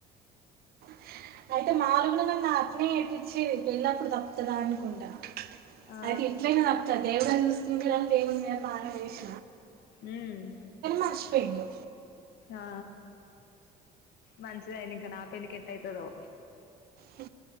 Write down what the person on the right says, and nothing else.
<unintelligible> న <inaudible>
అయితే ఇట్లయినా తప్త దేవుడె చూసుకుంటాడని దేవుని మీద బారం వేస
మర్చిపోయిండు
హ